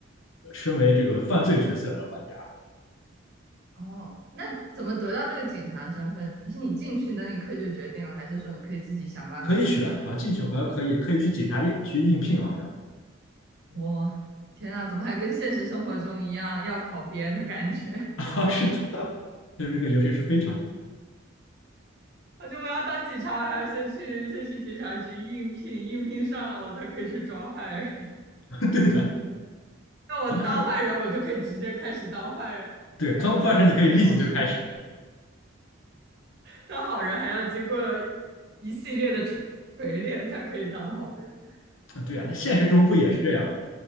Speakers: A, on the left (about 80°); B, on the right (about 55°).
A: 身为这个犯罪角色的玩家。
B: 哦，那怎么得到这个警察身份？是你进去的那一刻就决定了，还是说你可以自己想办法争取？
A: 可以选啊，进去好像可以可以去警察应局应聘，好像
B: 我天呐，怎么还跟现实生活中一样要考编的感觉？
A: <laughs>
B: <laughs>
A: 啊，是的，就是这个游戏是非常重
B: 我觉得我要当警察，我还要先去先去警察局应聘，应聘上了我才可以去抓坏人。
A: 要，<laughs> 对的，
B: <laughs> 那我当坏人，
A: 好像是
B: 我就可以直接开始当坏人
A: 对，刚换成你可以立即就开始，
B: 了，没有任何考试。当好人还要经过一系列的锤锤炼才可以当好人。
A: <laughs> 对啊，那现实中不也是这样吗？